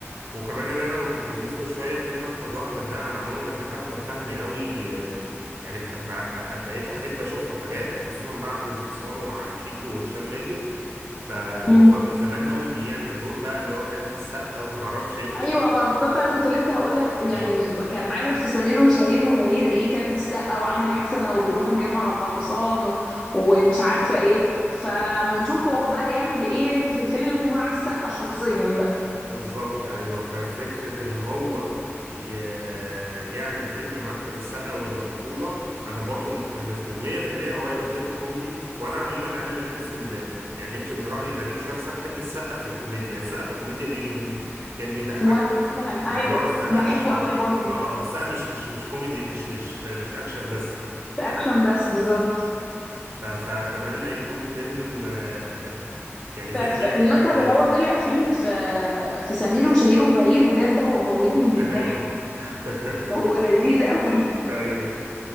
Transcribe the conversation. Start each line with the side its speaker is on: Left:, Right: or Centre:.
Right: وكمان اللي انا متحمس له شويه فيلم احمد واحمد ده انا عموما بحب احمد فهمي قوي آه، يعني بحب بحب بقيت احب اشوف له حاجات خصوصا بعد انفصاله عن شيكو وهشام ماجد ف وهو
Left: عليه
Right: من زمان قوي بيعمل دور بقى اللي هو كلب السقه وما اعرفش ايه وكده
Left: ايوه ما بالظبط انا كنت لسه هقول لك يعني
Right: <laughs> اه
Left: كان عامل في سمير وشهير وبهير ايه كلب السقه وعامل حسنه وبيروح الجامعه على حصان و... ومش عارفه ايه فما نشوف هو بقى هيعمل ايه في فيلمه مع السقه شخصيا بقى
Right: بالظبط ايوه ففكره ان هو ي... يعمل فيلم مع احمد السقا ويبقى بطوله انا برضو متحمس له 100% هو هيبقى فيلم كوميدي وانا عموما انا من الناس اللي يعني يمكن رايي غريب شويه بس انا بحب السقا في الكوميديا السقا في الكوميديا بيجي منه يعني بيضحكني
Left: وانا ايوه
Right: يعني هو السقا
Left: بحبه
Right: مش مش
Left: قوي برضه
Right: اه السقا مش مش مش كوميدي مش مش مش اكشن بس
Left: مش اكشن بس بالظبط
Right: ف... فاتمنى يكون فيلم آه، يعني فيلم
Left: فالمشهد
Right: يكون كويس
Left: اللي هو طلع فيه في في سمير وشهير وبهير بجد هو موتني من
Right: <laughs>
Left: الضحك
Right: ايوه <laughs>
Left: هو لذيذ قوي
Right: ايوه